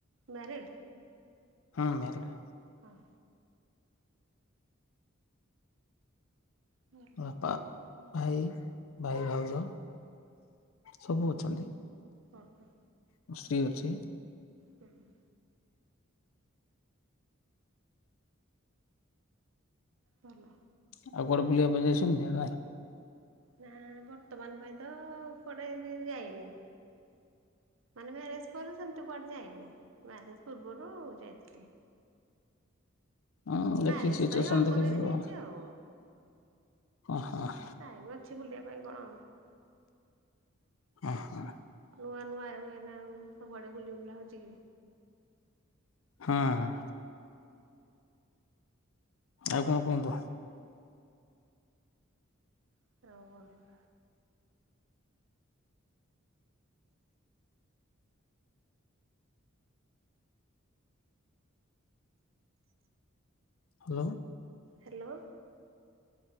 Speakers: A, on the right (about 70°); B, on the left (about 75°).
A: ମ୍ୟାରେଡ଼୍?
B: ହୁଁ ମ୍ୟାରେଡେ।
A: ହଁ। ଭଲ
B: ମୋ ବାପା, ଭାଇ, ଭାଇ, ଭାଉଜ ସବୁ ଅଛନ୍ତି।
A: ଓହୋ।
B: ମୋ ସ୍ତ୍ରୀ ଅଛି।
A: ହୁଁ ହୁ। ଭଲ।
B: ଆଉ କୁଆଡେ଼ ବୁଲିବା ପାଇଁ ଯାଇଛନ୍ତିି ଜାଗା?
A: ନା ବର୍ତ୍ତମାନ୍ ପାଇଁ ତ କୁଆଡ଼େ ଏମିତି ଯାଇନି ମାନେ ମ୍ୟାରେଜ୍ ପରେ ସେମିତି କୁଆଡ଼େ ଯାଇନି ମ୍ୟାରେଜ୍ ପୂର୍ବରୁ ଯାଇଥିଲି।
B: ହଁ
A: ମ୍ୟାରେଜ
B: ଦେଖିକି ସିଟୁଏସନ୍
A: ତ ଏଇ ଅଳ୍ପ
B: ଦେଖି
A: ଦିନ
B: ଯିବ
A: ହେଇଛି ଆଉ।
B: ଆ ହ ହ।
A: ଟାଇମ୍ ଅଛି ବୁଲିବା ପାଇଁ କଣ?
B: ଅଁ ହ।
A: ନୂଆ ନୂଆ ଏବେନା ଆଉ ସବୁଆଡ଼େ ବୁଲି ବୁଲା ହଉଛି କି?
B: ହଁ। ଆଉ କଣ କୁହନ୍ତୁ?
A: <unintelligible>
B: ହାଲୋ।
A: ହାଲୋ।